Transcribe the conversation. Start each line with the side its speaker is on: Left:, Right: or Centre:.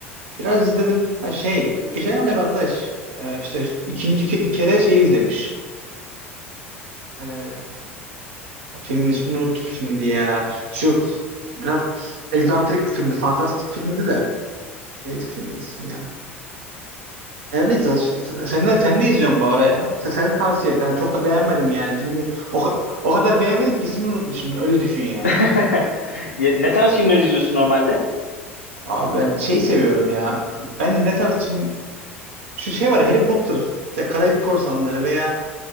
Right: biraz izledim. Ha, şey, geçenlerde bir arkadaş e, işte ikinci ke- kere şey izlemiş. E, filmin ismini unuttum şimdi ya. Şu biraz egzantrik bir filmdi, fantastik filmdi de. Neydi filmin ismi ya? Her neyse s- sen ne, sen ne izliyorsun bu ara ya? Sen, senin tavsiye et. Yani çok da beğenmedim yani filmi. O, ka- o kadar beğenmedim ki ismini unutmuşum. Öyle düşün yani.
Left: <laughs> Ya, Ne tarz filmler izliyorsun normalde?
Right: Abi ben şey seviyorum ya. Ben ne tarz film şu şey var ya, Harry Potter, işte Karayip Korsanları veya